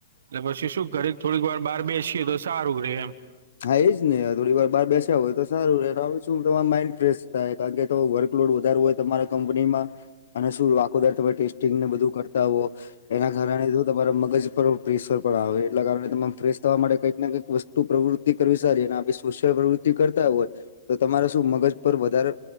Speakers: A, on the right (about 75°); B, on the left (about 80°).
A: એ પછી શું ઘરે થોડીક વાર બહાર બેસીએ તો સારું રે એમ.
B: હા એજ ને થોડી વાર બાર બેસ્યા હોય તો સારું હવે તમારા માઈન્ડ ફ્રેશ થાય. કારણ કે વર્કલોડ વધારો હોય તમારા કંપની માં. અને શું આખો દિવસ તમે ટેસ્ટિંગને બધું કરતા હો એના કારણે જો તમારા મગજ પર પ્રેશર પણ આવે એટલા કારણે તમા ફેશ થવા માટે કઈકને કંઈક વસ્તુ પ્રવૃ કરવી સારી અને આપ શોષણ પ્રવૃત્તિ કરતા હોય તો તમારા શું મગજ પર વધારે